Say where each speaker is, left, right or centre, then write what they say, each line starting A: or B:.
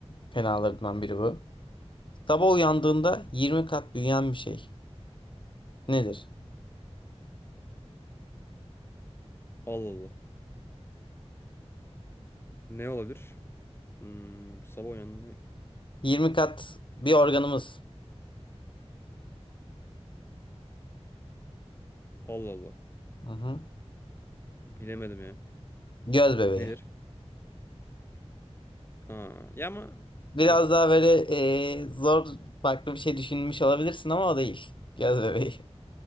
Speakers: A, on the left; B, on the left.
A: fenalarından biri bu. Sabah uyandığında 20 kat büyüyen bir şey. Nedir?
B: Allah Allah. Ne olabilir? Hmm, sabah uyandı.
A: 20 kat bir organımız.
B: Allah Allah.
A: Hı-hı.
B: Bilemedim ya.
A: Göz bebeği.
B: Nedir? Aa, ya ama
A: Biraz
B: evet.
A: daha böyle eee, zor farklı bir şey düşünmüş olabilirsin ama o değil. Göz bebeği.